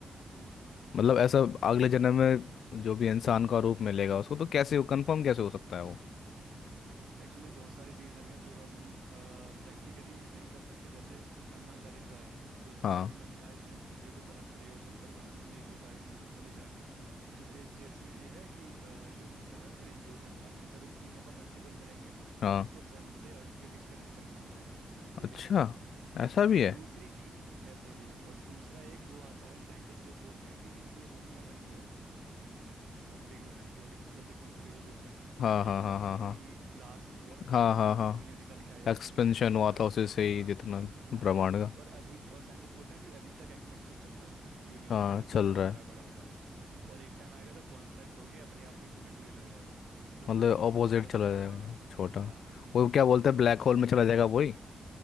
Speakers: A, on the right (about 75°); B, on the left (about 75°).
A: हम्म
B: मतलब ऐसा अगले जन्म में जो भी इंसान का रूप मिलेगा उसको तो कैसे कंफर्म कैसे हो सकता है वो
A: हम्म एक्चुअली बहुत सारी चीजें हैं जो हम प्रैक्टिकली नहीं कर सकते जैसे हनुमान चालीसा है तुलसीदास
B: हाँ
A: जी ने लिखा है युग युग सहस्त्र योजन पर भानु लील्यो ताहि मधुर फल जानू तो इस जिसमें ये है कि अ, युग सहस्त्र योजन अब जब इन तीनों का मल्टीपल करेंगे
B: हाँ
A: तो आपको सन से अर्थ के बीच का डिस्टेंस मिल जाएगा ठीक
B: अच्छा
A: है
B: ऐसा भी है
A: दूसरी ऐसा भी है और दूसरा एक वो आता है साइंटिस्ट लोग बोलते हैं कि ये दुनिया बनी है बिग बैंग थ्योरी मतलब बिग बैंग थ्योरी जो देते हैं
B: हाँ हाँ
A: एक
B: हाँ
A: मतलब कोई
B: हाँ
A: ब्लास्ट हुआ
B: हाँ
A: उससे
B: हाँ
A: पूरा
B: हाँ
A: दुनिया निकल के आया
B: हाँ एक्सपेंशन
A: और
B: हुआ
A: अ,
B: था उसी से ही
A: हाँ
B: जितना
A: हाँ
B: ब्रह्मांड का
A: और अभी और साइंटिस्ट बोलते हैं कि अभी तक एक्सपेंशन चल रहा है यूनिवर्स
B: हाँ
A: अभी तक
B: चल
A: बड़ा
B: रहा
A: हो
B: है
A: रहा है बड़ा हो रहा है और एक टाइम आएगा जब कॉन्ट्रैक्ट होके अपने आप में ही सिमटने लग जाएगा मतलब
B: मतलब
A: खत्म
B: ऑपोजिट
A: हो जाएगा छोटा
B: चला जाएगा
A: हो जाएगा
B: छोटा
A: हाँ
B: वो क्या बोलते हैं
A: तो
B: ब्लैक
A: ये हमारे
B: होल में चला जाएगा वही